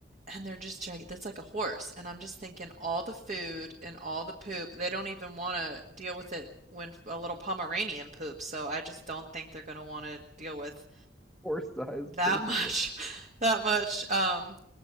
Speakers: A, on the right (about 40°); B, in the centre.
A: and they're just gig that's like a horse. And I'm just thinking all the food and all the poop, they don't even want to deal with it when a little Pomeranian poops. So I just don't think they're going to want to deal with
B: horse sized
A: that
B: poop,
A: much.
B: and the,
A: <laughs> That much. Um,